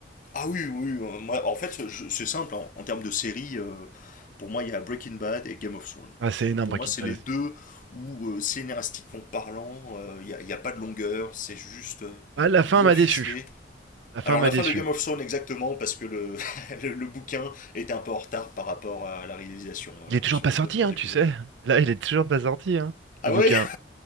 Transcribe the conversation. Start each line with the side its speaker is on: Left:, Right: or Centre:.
Left: Ah oui, oui. euh, Moi, en fait, je- c'est simple. En, en termes de séries, euh, pour moi, il y a Breaking Bad et Game of Thrones.
Right: Ah, c'est énorme,
Left: Pour
Right: Breaking
Left: moi, c'est
Right: Bad
Left: les
Right: aussi.
Left: deux où, euh, scénaristiquement parlant, euh, il n'y a, il y a pas de longueur. C'est juste euh,
Right: Ah, la
Left: bien
Right: fin m'a
Left: ficelé.
Right: déçu. La fin
Left: Alors
Right: m'a
Left: la
Right: déçu.
Left: fin de Game of Thrones exactement parce que le, <laughs> le, le bouquin était un peu en retard par rapport à la réalisation euh,
Right: Il est toujours
Left: sur
Right: pas
Left: les
Right: sorti,
Left: deux trois
Right: hein,
Left: épisodes.
Right: tu sais. Là, il est toujours pas sorti, hein, le
Left: Ah
Right: bouquin.
Left: ouais